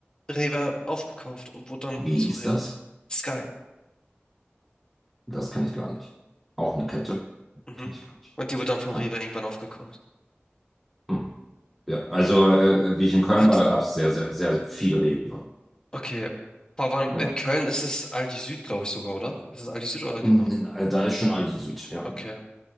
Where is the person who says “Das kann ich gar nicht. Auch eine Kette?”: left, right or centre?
Centre